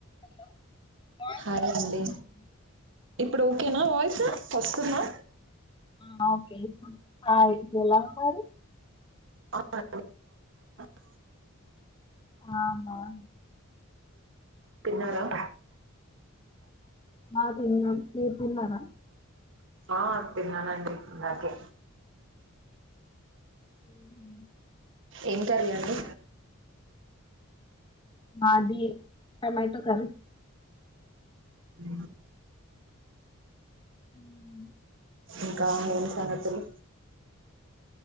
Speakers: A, on the left; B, on the right.
A: Hello voice
B: hi
A: disturb
B: అండి
A: అవుతుంది
B: ఇప్పుడు ఓకేనా వాయిస్ తట్టుకున్నా
A: ఆ ఓకే ఇప్పుడు ఎలా ఉన్నారు
B: అ అ <unintelligible>
A: ఆా <unintelligible>
B: తిన్నార
A: ఆ తిన్నా మీరు తిన్నార
B: ఆ తిన్నానండి ఇందాకే
A: అఓ <unintelligible>
B: ఏం కర్రీ అండి
A: మాది టమాటో కర్రీ
B: అ
A: ఉం
B: ఇంకా ఏం సంగతులు